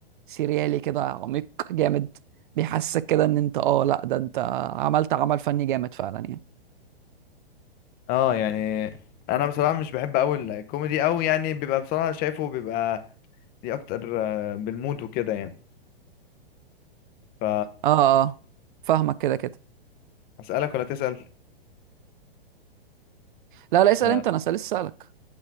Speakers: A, on the right (about 55°); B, on the left (about 30°).
A: سيريالي كده عميق جامد بيحسسك كده ان انت اه لا ده انت عملت عمل فني جامد فعلا يعني
B: اه يعني انا بصراحة مش بحب اوي الكوميدي اوي يعني بيبقى بصراحة شايفه بيبقى ليه اكتر آه، بالمود وكده يعني ف
A: اه اه آه. فاهمك كده كده
B: اسألك ولا تسأل
A: لا لا اسال
B: آه
A: انت انا لسه اسالك